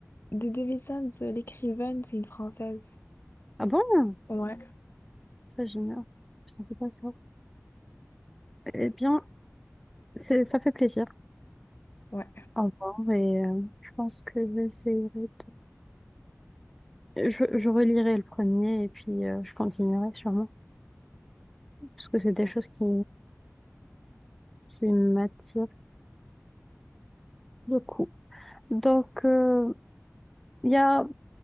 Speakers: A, on the left (about 45°); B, in the centre.
A: Dédé Wilson, euh, l'écrivaine, c'est une Française.
B: Ah bon?
A: Ouais,
B: Ça, génial. Je savais pas ça. Eh bien, c'est, ça fait plaisir.
A: ouais.
B: Au revoir et euh, je pense que j'essaierai Je, je relirai le premier et puis euh, je continuerai sûrement, parce que c'est des choses qui, qui m'attirent beaucoup. Donc, euh, il y a